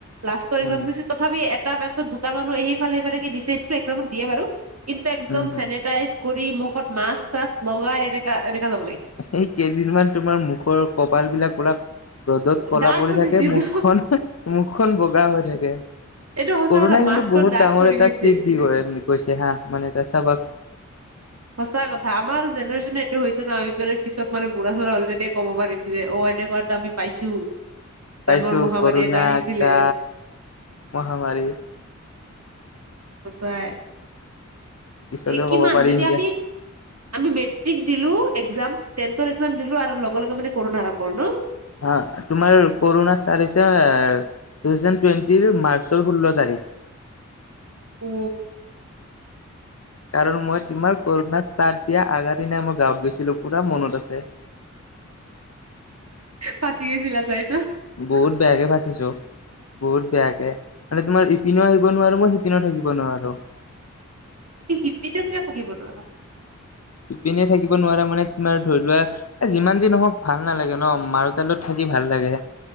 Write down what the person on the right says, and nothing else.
লাষ্টৰ
একাম তথাপি এটা বেঞ্চত তাৰ মানুহ এইেইফালে সেইফালে কি দিছে সটোটো একদম দিয়ে বাৰু কিন্তু একদম
চেনিটাইজ, কৰি মুখত মাছ চাছ লগাই এনেকা এনেকা যাব লাগে।
দাগ
হৈ
গৈছিল
ন,
এইটো সঁচা
কথা
মাস্কত
দাগ
পৰি
গৈছে
সঁচা কথা আমাৰ জেনেৰেশ্যন সেইটো হৈছে ন আমি মানে পিত মানে বুঢ়া চুঢ় হলে তেতিয়া ক'ব পাৰি যে অ' তেনেকুৱাটা আমি পাইছো।
ডাঙৰ মহামাৰী
এটা আহিছিলে
সঁচাই
এক কি
মানজতি
আমি
আমি মেট্ৰিক দিলো এক্ামটেন্ৰ এ কাম দিলো আৰু লগে লগে মানে কৰ আৰম্ কৰো ন
উ!
ফাচি গৈছিল যায় ন
স সিপিনীও কিয় থাকিব নোৱাৰা।